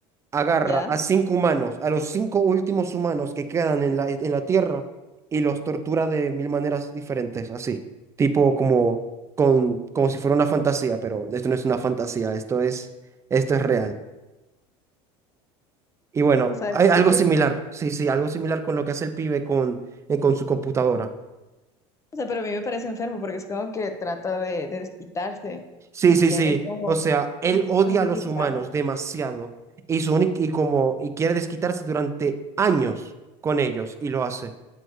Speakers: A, on the right; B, on the left.
A: agarra
B: ya,
A: a cinco humanos, a los cinco últimos humanos que quedan en la, en la Tierra y los tortura de mil maneras diferentes, así, tipo como, con, como si fuera una fantasía, pero esto no es una fantasía, esto es, esto es real. Y bueno,
B: o sea,
A: hay
B: es
A: algo
B: que-
A: similar, sí, sí, algo similar con lo que hace el pibe con, eh, con su computadora.
B: o sea, pero a mí me parece enfermo porque es como que trata de, de desquitarse
A: Sí,
B: y
A: sí,
B: tiene
A: sí,
B: como...
A: o sea, él
B: situaciones
A: odia
B: muy
A: a los
B: bizarras.
A: humanos demasiado y, su únic- y, como, y quiere desquitarse durante años con ellos y lo hace.